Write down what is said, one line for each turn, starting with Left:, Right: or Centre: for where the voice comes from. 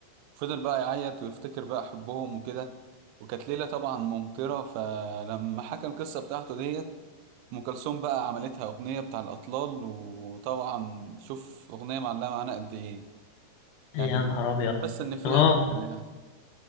Right: فضل بقى يعيط ويفتكر بقى حبهم وكده وكانت ليلة طبعا ممطرة فلما حكى القصة بتاعته ديت ام كلثوم بقى عملتها اغنيه بتاع الاطلال وطبعا شوف اغنيه معلقه معانا قد ايه
Left: يا
Right: يعني
Left: نهار ابيض
Right: بس ان فيها
Left: اه
Right: فكره يعني